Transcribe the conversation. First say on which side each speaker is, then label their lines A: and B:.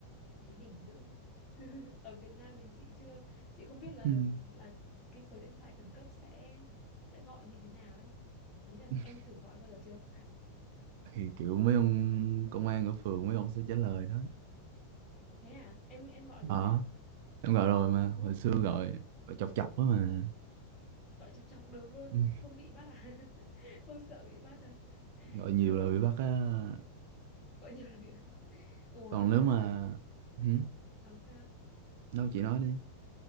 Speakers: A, on the left; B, on the right.
A: Thấy đỉnh dữ. <laughs> Ở Việt Nam mình chị chưa, chị không biết là
B: Ừm.
A: là cái số điện thoại khẩn cấp sẽ sẽ gọi như thế nào ấy. Ý là
B: <laughs>
A: em thử gọi bao giờ chưa?
B: thì kiểu mấy ông công an ở phường mấy ông sẽ trả lời đó
A: Thế à? Em em gọi rồi
B: ờ
A: á?
B: em gọi rồi mà
A: Ồ.
B: hồi xưa gọi gọi chọc chọc á mà
A: gọi chọc chọc được luôn
B: Ừm,
A: không bị bắt à <laughs> không sợ bị bắt à
B: gọi nhiều
A: chứ
B: là bị bắt á
A: gọi nhiều là bị bắt. ủa
B: còn nếu
A: nhưng
B: mà
A: mà
B: Hử?
A: ờ sao
B: đâu chị nói đi